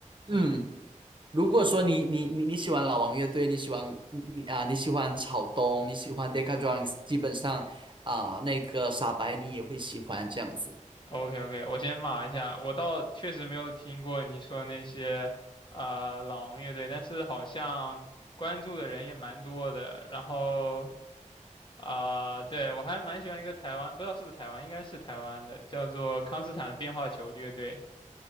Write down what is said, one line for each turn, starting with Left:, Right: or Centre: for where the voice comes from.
Right: 嗯。
Left: 嗯。
Right: 如果说你你你你喜欢老王乐队，你喜欢你啊，你喜欢草东，你喜欢 Decca d r u m n s 基本上啊、那个傻白你也会喜欢这样子。
Left: OK OK，我先码一下，我倒确实没有听过你说那些啊、呃老王乐队，但是好像关注的人也蛮多的。然后啊、呃对，我还蛮喜欢一个台湾，不知道是不是台湾，应该是台湾的，叫做康斯坦的变化球乐队。